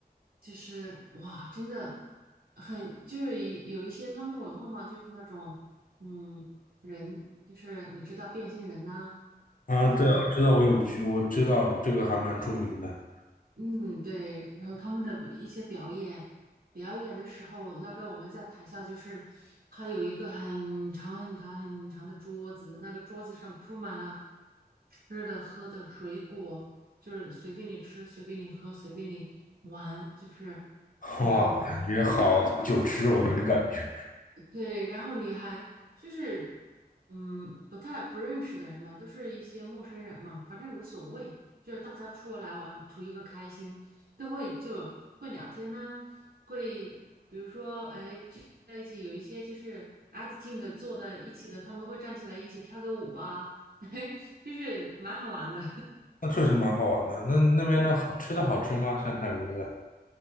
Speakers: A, on the right; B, on the left.
A: 就是哇，真的很就是一有一些他们文化嘛，就是那种嗯人，就是你知道变性人呐、
B: 啊，
A: 还有。
B: 对啊，我知道，我有去，我知道这个还蛮著名的。
A: 嗯，对，然后他们的一些表演，表演的时候，那个我们在台下就是，他有一个很长很长很长的桌子，那个桌子上铺满了吃的、喝的、水果，就是随便你吃，随便你喝，随便你玩，就是挺好玩。
B: 哇，感觉好酒池肉林的感觉，
A: 对，然后你还就是，嗯，不太不认识的人嘛，都是一些陌生人嘛，反正无所谓，就是大家出来玩，图一个开心，都会就会聊天呐、会比如说，哎，聚在一起有一些就是挨得近的坐在一起的，他们会站起来一起跳个舞啊，<laughs> 嘿，就是蛮好玩的。
B: <laughs> 那确实蛮好玩的。那那边的好吃的好吃吗？
A: <laughs> 嗯
B: 像泰国的？